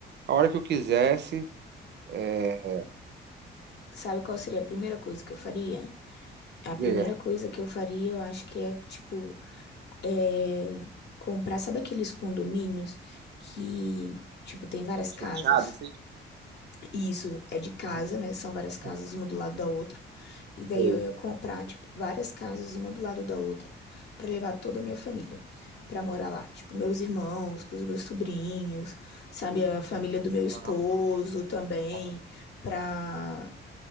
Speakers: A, on the right; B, on the left.
A: a hora que eu quisesse. É,
B: Sabe qual seria a primeira coisa que eu faria? A primeira
A: diga.
B: coisa que eu faria, eu acho que é, tipo, é, comprar, sabe aqueles condomínios que, tipo, tem várias casas?
A: Fechado, assim?
B: E Isso, é de casa,
A: Aham.
B: né? São várias casas,
A: aham,
B: uma do lado da outra. E
A: Isso
B: daí
A: aí.
B: eu ia comprar, tipo, várias casas, uma do lado da outra, pra levar toda a minha família pra morar lá. Tipo, meus irmãos, com os meus sobrinhos, sabe? A família do meu
A: Aham,
B: esposo também,
A: aham.
B: pra